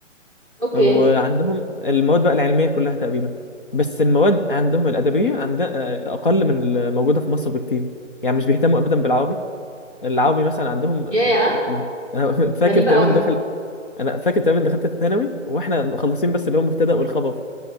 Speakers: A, in the centre; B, on the left (about 45°).
A: اوكي
B: وعندهم المواد بقى العلمية كلها تقريبا بس المواد عندهم الأدبية عندها أقل من الموجودة في مصر بكتير يعني مش بيهتموا أبدا بالعربي العربي مثلا عندهم آه،
A: ياه
B: آه، أنا <laughs> فاكر
A: غريبة
B: تقريبا
A: قوي
B: دخل أنا فاكر تقريبا دخلت الثانوي وإحنا مخلصين بس اللي هو المبتدأ والخبر